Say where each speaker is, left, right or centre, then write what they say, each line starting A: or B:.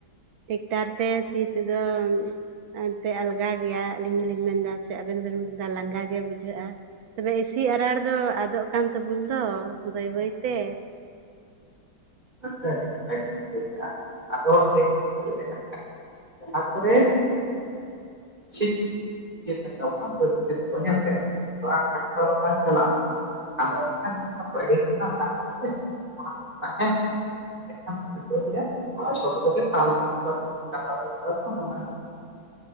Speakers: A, on the right (about 70°); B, on the right (about 20°).
A: ᱴᱮᱠᱴᱟᱨ ᱛᱮ ᱥᱤ ᱛᱮᱫᱚ ᱮᱱᱛᱮ ᱟᱞᱜᱟ ᱜᱮᱭᱟ ᱟᱹᱞᱤᱧ ᱦᱚᱞᱤᱧ ᱢᱮᱱ ᱮᱫᱟ ᱥᱮ ᱟᱵᱮᱱ ᱦᱚᱸᱵᱮᱱ ᱢᱮᱱ ᱮᱫᱟ ᱞᱟᱸᱜᱟ ᱜᱮ ᱵᱩᱡᱷᱟᱹᱜᱼᱟ ᱛᱚᱵᱮ ᱤᱥᱤ ᱟᱨᱟᱲ ᱫᱚ ᱟᱫᱚᱜ ᱠᱟᱱ ᱛᱟᱵᱚᱱ ᱫᱚ ᱵᱟᱹᱭ ᱵᱟᱹᱭᱛᱮ
B: ᱦᱮᱸ ᱥᱮ ᱟᱹᱰᱤ ᱱᱟᱯᱟᱭ ᱜᱮᱢ ᱞᱟᱹᱭ ᱠᱟᱜᱼᱟ ᱟᱫᱚ <unintelligible> ᱡᱟᱦᱟᱸ ᱠᱚᱨᱮ ᱪᱷᱤᱛ ᱵᱟᱹᱫᱽ ᱠᱷᱮᱛ ᱠᱚ ᱦᱮᱸᱥᱮ <unintelligible> ᱪᱟᱞᱟᱜᱼᱟ ᱟᱫᱚ ᱮᱱᱠᱷᱟᱱ ᱡᱟᱦᱟᱸ ᱯᱟᱹᱦᱤᱞ ᱨᱮᱱᱟᱜ ᱫᱟᱜ ᱠᱚ ᱥᱮ ᱚᱱᱟ ᱠᱚ ᱛᱟᱦᱮᱱ ᱜᱮ <unintelligible> <unintelligible> ᱠᱟᱛᱮᱫ ᱪᱟᱞᱟᱣ ᱦᱩᱭ ᱞᱮᱱᱟ ᱛᱚ ᱱᱚᱣᱟ